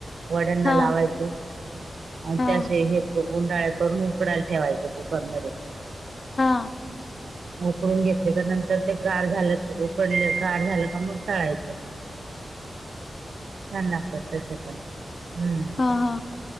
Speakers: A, on the right; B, on the left.
A: वड्यांना
B: हा
A: लावायचं पी- <inaudible> आणि
B: हा
A: त्या असे हे गुंडाळ करून उकडायला ठेवायचं ते कुकरमध्ये.
B: हा.
A: उकडून घेतले का, नंतर ते गार झाले उकडले गार झालं का मग तळायचे. छान लागतात तसे पण. <inaudible> हम्म.
B: हा हा.